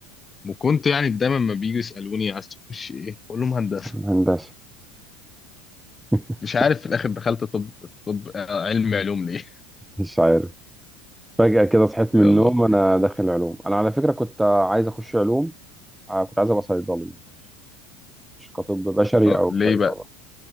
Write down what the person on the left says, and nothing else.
وكنت يعني دايما ما بيجوا يسألوني عايز تخش إيه أقول لهم هندسة
مش عارف في الآخر دخلت طب طب آه، علم علوم ليه
<laughs> يلا
آه
ليه
بقى